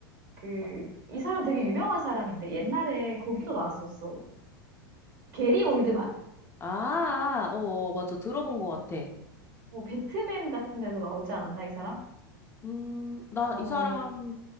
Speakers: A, on the right; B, on the left.
A: 그,
B: 어.
A: 이 사람 되게 유명한 사람인데, 옛날에 거기도 나왔었어. 게리 올드만.
B: 아, 어, 어, 맞아. 들어본 것 같아.
A: 뭐, 배트맨 같은 데도 나오지 않았나, 이 사람?
B: 음, 나
A: 어,
B: 이 사람,